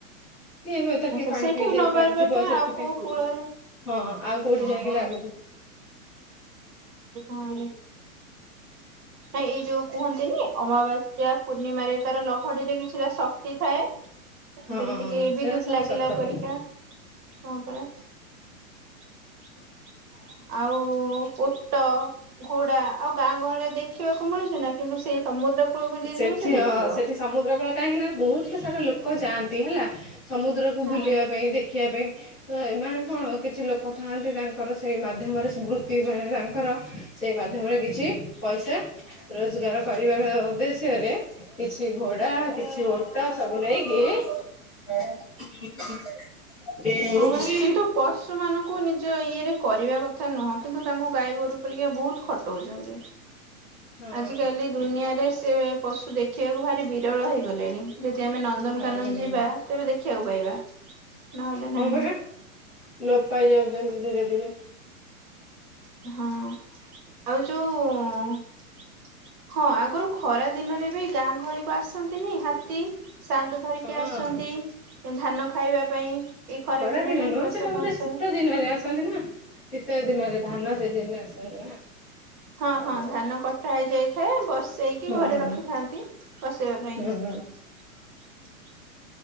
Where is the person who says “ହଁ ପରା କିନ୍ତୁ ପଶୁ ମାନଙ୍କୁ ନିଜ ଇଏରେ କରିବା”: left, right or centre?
Right